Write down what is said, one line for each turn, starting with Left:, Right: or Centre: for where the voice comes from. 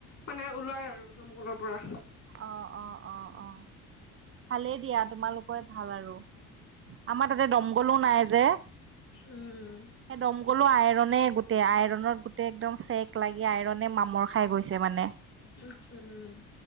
Left: মানে ওলাই আৰু দমকলৰ পৰা।
Right: অ', অ', অ', অ', ভালেই দিয়া তোমালোকে ভাল আৰু। আমাৰ তাতে দমকললো নাই যে।
Left: উম।
Right: সেই দমকলো আইৰণ গোটেই আইৰণত গোটেই একদম চেক লাগি আইৰণ মামৰ খাই গৈছে মানে
Left: উ, উম,